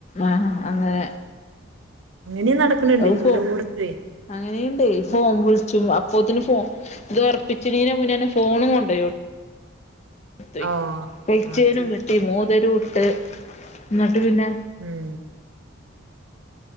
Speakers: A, on the left (about 35°); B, on the right (about 75°).
A: ആ അങ്ങനെ
B: അങ്ങനെയും നടക്കണുണ്ട്
A: അയ്
B: പലോടത്തുവേ
A: ഫോ അങ്ങനെയുണ്ട് ഫോൺ വിളിച്ചും അപ്പോത്തിന് ഫോ ഇത് ഒറപ്പിച്ചിനീനെ മുന്നേന്നെ ഫോണും കൊണ്ടുപോയി
B: ആഹ്
A: കൈച്ചേനും
B: ആഹ് ശരി
A: കെട്ടി മോതിരോം ഇട്ട് ഇന്നട്ട് എന്നിട്ട് പിന്നെ
B: ഉം